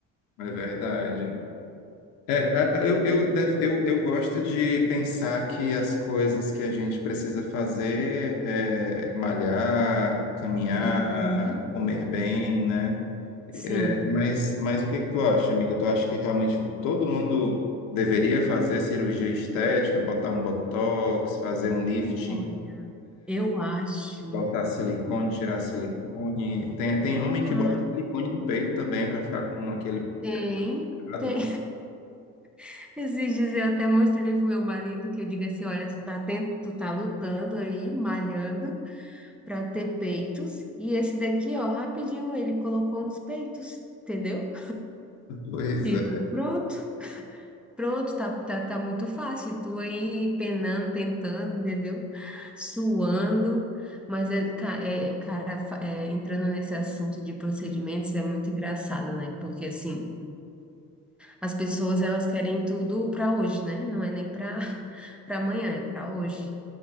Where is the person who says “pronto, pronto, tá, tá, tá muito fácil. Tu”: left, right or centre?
Centre